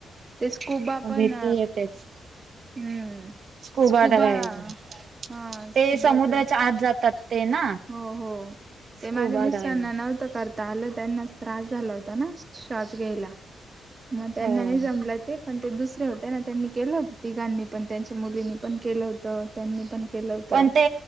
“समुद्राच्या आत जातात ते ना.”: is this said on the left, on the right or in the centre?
Right